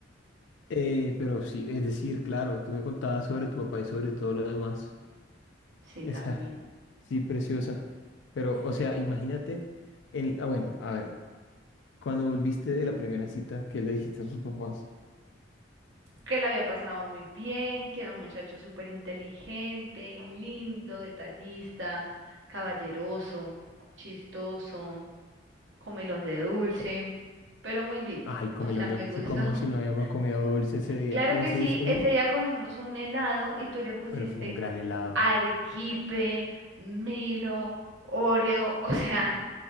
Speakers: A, on the left; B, on the right.
A: Eh, pero sí, es decir, claro, tú me contabas sobre tu papá y sobre todo lo demás. <laughs>
B: Sí,
A: Esa,
B: también.
A: sí, preciosa. Pero, o sea,
B: Sí.
A: imagínate, en, ah, bueno, a ver, cuando volviste de la primera cita, ¿qué le dijiste a tus papás?
B: Que la había pasado muy bien, que era un muchacho súper inteligente, lindo, detallista, caballeroso, chistoso, comelón de dulce, pero muy lindo.
A: Ay, comelón
B: O sea, me
A: de dulce,
B: gustó.
A: como
B: <laughs>
A: si no habíamos comido dulce ese día.
B: Claro
A: ¿O
B: que
A: ese
B: sí,
A: día sí comimos?
B: ese día comimos un helado y tú le pusiste
A: Pero fue un gran helado.
B: arequipe, Milo, Oreo, o sea,